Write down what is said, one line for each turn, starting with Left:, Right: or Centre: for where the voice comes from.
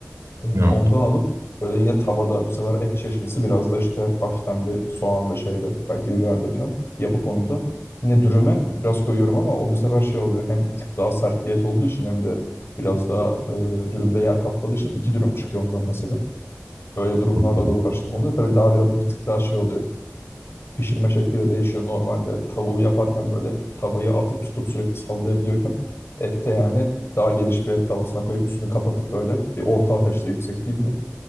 Left: Ee,
Right: Evet,
Left: Ondan alıp böyle yine tavada bu sefer et çeşnisi biraz da işte hafiften bir soğan ve şeyle belki biberle falan yapıp onu da yine dürüme biraz koyuyorum ama o bu sefer şey oluyor hem bir tık daha sert diyet olduğu için hem de biraz daha e, dürümde yer kapladığı için iki dürüm çıkıyor ondan mesela. Böyle durumlarla
Right: çok iyi.
Left: da uğraştım oluyor. Tabii daha biraz bir tık daha şey oluyor. Pişirme şekli de değişiyor. Normalde tavuğu yaparken böyle tavayı atıp tutup sürekli sallayabiliyorken ette yani daha geniş bir et tavasına koyup üstünü kapatıp böyle bir orta ateşte yüksek değil de